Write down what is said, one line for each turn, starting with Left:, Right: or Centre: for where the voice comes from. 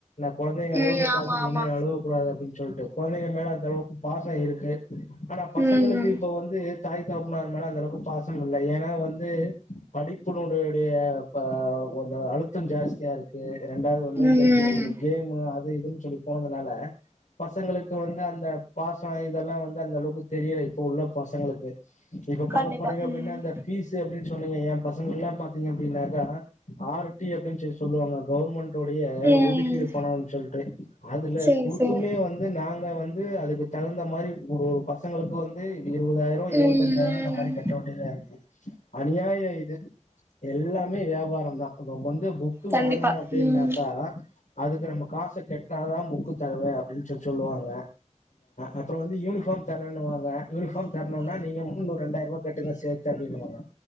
Left: குழந்தைங்க அழுவுறத
Right: ம்
Left: பாத்து
Right: ஆமா
Left: முன்னாடி
Right: ஆமா
Left: அழுகக்கூடாது அப்பின்னு சொல்லிட்டு குழந்தைங்க மேலே அந்த அளவுக் பாசம் இருக்கு ஆனா பசங்களுக்கு
Right: ம்
Left: இப்ப வந்து தாய் தாக்குனார் மேல அந்த அளவுக்கு பாசம் இல்லை ஏன்னா வந்து படிப்புனடடைய கொஞ்ச அழுத்தம் ஜாஸ்தியா இருக்கு இரண்டாவது வந்து
Right: ம்
Left: இந்த கேப
Right: ம்
Left: அது எதுன்னு சொல்லி போனதுனால பசங்களுக்கு வந்து அந்த பாசம் இதெல்லாம் வந்து அந்த அளவுக்கு தெரியல இப்ப உள்ள பசங்களுக்கு இப்ப பாக்க
Right: கண்டிப்பா
Left: போறீங்க அப்படின்னா
Right: ம்
Left: அந்த பீசு அப்படின் சொல் சொன்னீங்க என் பசங்கள் எல்லாம் பாத்தீங்க அப்படின்னாக்க ஆர்டி அப்படின்னு சொல்லுவாங்க கவர்மெண்ட் டுடய
Right: ம்
Left: ஒதிக் கீடு பனம்னு சொல்லிட்டு அதுல
Right: சேரி
Left: கொடுத்துமே
Right: சேரி
Left: வந்து நாங்க வந்து அதுக்கு தகுந்த மாதிரி ஒரு ஒரு பசங்களுக்கு வந்து இருபதாயிரம் இருவத்தஞ்சாயிரம்
Right: ம்
Left: அந்த மாரி கட்ட வேண்டிதா இருக்கு அநியாய இது எல்லாமே வியாபாரம் வந்து <unintelligible> புக்கு
Right: கண்டிப்பா
Left: வாங்கணும் அப்படின்னாக்கா
Right: ம்
Left: அதுக்கு நம்ம காசு கெட்னா தான் புக்கு தருவேன் அப்படின்னு சொல்லி சொல்லுவாங்க அப்புறம் வந்து யூனிஃபார்ம் தரேன்னுவாங்க யூனிபார்ம் தரணும்னா நீங்க முன்னூறு ரெண்டாயிரம் ரூபாய் கட்டுங்க சேர்த்து அப்படின்னுவாங்க